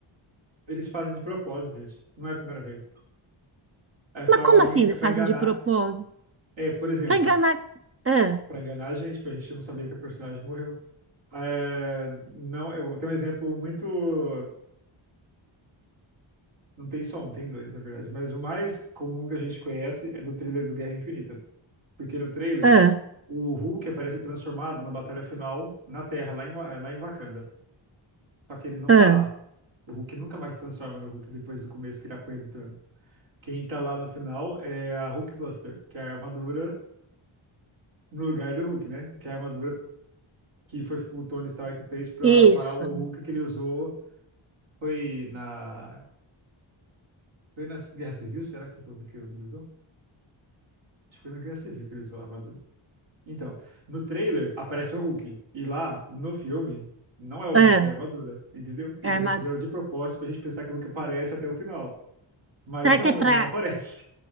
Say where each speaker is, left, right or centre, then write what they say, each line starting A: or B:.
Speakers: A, on the right; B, on the right.
A: Eles fazem de propósito isso. Não é a primeira vez. É pra,
B: Mas como
A: não
B: assim
A: en-
B: eles
A: é pra
B: fazem
A: enganar.
B: de propósito?
A: É, por exemplo.
B: Pra enganar. Ah,
A: Pra enganar a gente, pra gente não saber que a personagem morreu. É, não, eu tenho um exemplo muito. Não tem só um, tem dois, na verdade. Mas o mais comum que a gente conhece é do trailer do Guerra Infinita. Porque no trailer,
B: ah,
A: o Hulk aparece transformado na batalha final na Terra, lá em, Wa- lá em Wakanda. Só que ele não
B: ah.
A: tá lá. O Hulk nunca mais se transforma no Hulk depois do começo que ele apanha do Thanos. Quem tá lá no final é a Hulkbuster, que é a armadura no lugar do Hulk, né? Que é a armadura que foi o Tony Stark fez pra
B: Isso.
A: parar o Hulk que ele usou Foi na. Foi na Guerra Civil? Será que foi o que ele usou? Acho que foi na Guerra Civil que ele usou a armadura. Então, no trailer aparece o Hulk. E lá, no filme, não é o
B: Ah,
A: Hulk, é a armadura. Entendeu?
B: é
A: Então
B: armado.
A: eles fizeram de propósito pra gente pensar que o Hulk aparece até o final. Mas
B: Será
A: não,
B: que é
A: ele
B: pra.
A: não <laughs> aparece.